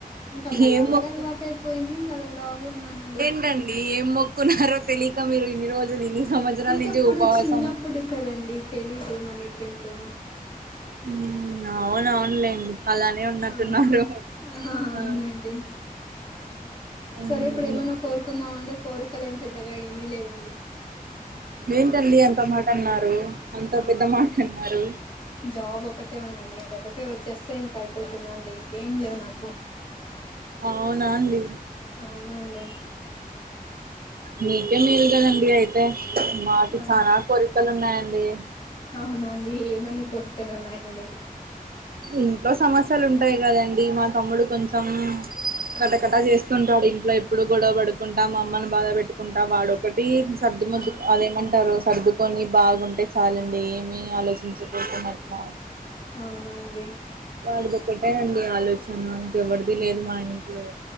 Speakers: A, on the left; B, on the right.
A: ఇంకా అది అలాగే
B: ఏం మొక్కు
A: అలవాటు అయిపోయింది ఇంకా అది అలాగే ఉన్నానండి
B: ఏంటండీ ఏం మొక్కున్నారో తెలియక మీరు ఇన్ని రోజులు ఇన్ని సంవత్సరాల
A: అంటే
B: నుంచి
A: అప్పుడు
B: ఉపవాసం
A: చిన్నప్పుడు కదండి తెలీదు మనకెంటో
B: హ్మ్ అవును అవునులేండి అలానే ఉన్నట్టున్నారు
A: ఆ ఆహా అవునండి
B: ఉ మ్మ్
A: సరే ఇప్పుడు ఏమైన్నా కోరుకుందాం అంటే కోరికలు ఏం పెద్దగా ఏమీ లేవు.
B: ఏంటండి అంత మాట అన్నారు అంత
A: ఆ
B: పెద్ద మాట అన్నారు
A: జాబ్ ఒకటే ఉందండి అదొకటే వచ్చేస్తే ఇంక అయిపోతుందండి ఇంకేం లేవు నాకు
B: అవునా అండి
A: అవునండి
B: మీకే మేలు కదండి అయి అంతే మాకి
A: ఆ
B: చానా కోరికలు ఉన్నాయండి
A: అవునా అండి ఏమని కోరికలు ఉన్నాయండి
B: ఇంట్లో సమస్యలు ఉంటాయి కదండి మా తమ్ముడు కొంచెం కటకటా
A: ఆ
B: చేస్ కుంటాడు ఇంట్లో ఎప్పుడు గొడవ పడుకుంటా మా అమ్మని బాధ పెట్టుకుంటా వాడు ఒకటి సర్దు ముద్దు
A: ఆ
B: అదేమంటారు సర్దుకొని బాగుంటే చాలండి ఏమి ఆలోచించకొకున్నట్లా
A: అవునా అండి
B: వాడిదొక్కటే అండి ఆలోచన ఇంకెవరిది లేదు మా ఇంట్లో